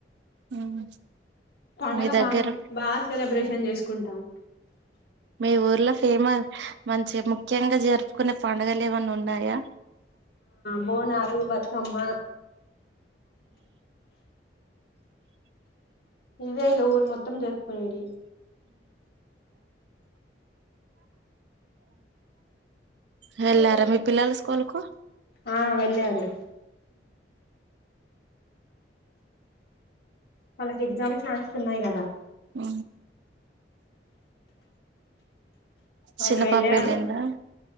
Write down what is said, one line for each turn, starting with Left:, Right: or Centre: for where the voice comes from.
Right: ఉమ్
Left: పండగ
Right: మీ దగ్గర
Left: బానే బా సెలబ్రేషన్ చేసుకుంటాం
Right: మీ ఊర్లో ఫేమ మంచి ముఖ్యంగా జరుపుకునే పండగలేమనా ఉన్నాయా
Left: బోనాలు బతుకమ్మ ఇవే ఇగ ఊరు మొత్తం జరుపు పోయి ఇల్లు
Right: హేలర్ మీ పిల్లల స్కూల్ కు
Left: ఆ వెళ్ళారు వాళ్ళకి ఎగ్జామ్స్ నడుస్తున్నాయి గదా
Right: అ
Left: వాళ్ళు
Right: చిన్న
Left: వెళ్ళారు
Right: పాప ఏళ్లిందా